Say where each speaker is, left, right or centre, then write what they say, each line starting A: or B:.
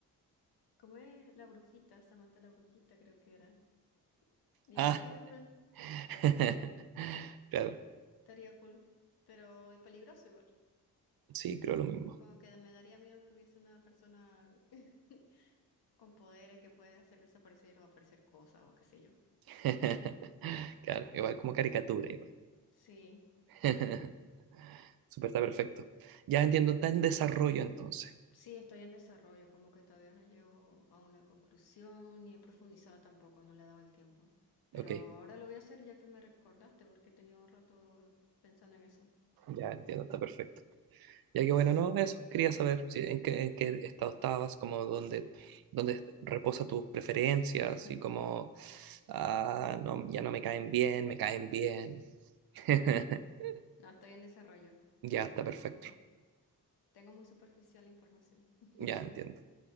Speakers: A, on the left; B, on the right.
A: ¿Cómo es? La brujita, Samantha la brujita creo que era. Divertido
B: Ah.
A: igual,
B: <laughs> Claro.
A: estaría cool, pero y peligroso igual.
B: Sí, creo lo mismo.
A: Como que me daría miedo que hubiese una persona <laughs> con poderes que puede hacer desaparecer o aparecer cosas o qué sé yo.
B: <laughs> Claro, igual como caricatura, igual.
A: Sí.
B: <laughs> Súper, está perfecto. Ya entiendo, está en desarrollo entonces.
A: Sí, estoy en desarrollo, como que todavía no llego a una conclusión ni he profundizado tampoco, no le he dado el tiempo. Pero
B: Ok,
A: ahora lo voy a hacer ya que me recordaste, porque he tenido un rato pensando en eso.
B: ya entiendo, está perfecto. Ya que bueno, no, eso, quería saber si, en qué, en qué estado estabas, como dónde, dónde reposa tus preferencias
A: <laughs>
B: y como, ah, no, ya no me caen bien, me caen bien. <laughs>
A: No, estoy en desarrollo, creo.
B: Ya está perfecto,
A: Tengo muy superficial la información. <laughs>
B: ya entiendo.